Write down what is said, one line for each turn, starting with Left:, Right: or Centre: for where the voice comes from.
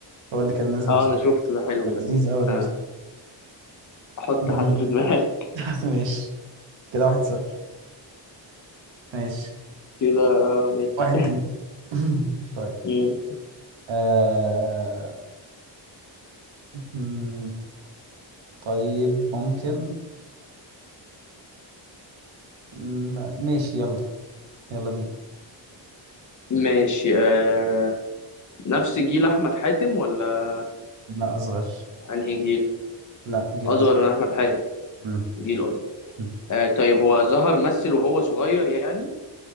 Right: هو اللي كان نازل
Left: اه
Right: قصير
Left: انا شفته ده حلو بس
Right: لذيذ قوي المسلسل
Left: آه. احط
Right: مم.
Left: حد في دماغي <laughs>
Right: <laughs> ماشي كده واحد صفر ماشي
Left: كده آه، ماشي
Right: واحد ليك <laughs> طيب
Left: مم.
Right: آه... مم، طيب ممكن مم، ماشي يلا يلا بينا
Left: ماشي آه. نفس جيل احمد حاتم ولا
Right: لا أصغر
Left: انهي جيل
Right: لا جيل
Left: اصغر
Right: أصغر
Left: من احمد حاتم
Right: مم.
Left: جيل اصغر
Right: مم.
Left: آه. طيب هو ظهر مثل وهو صغير يعني